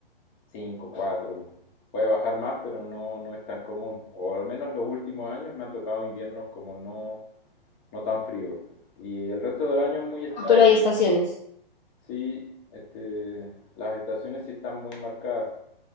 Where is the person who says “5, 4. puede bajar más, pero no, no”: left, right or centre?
Left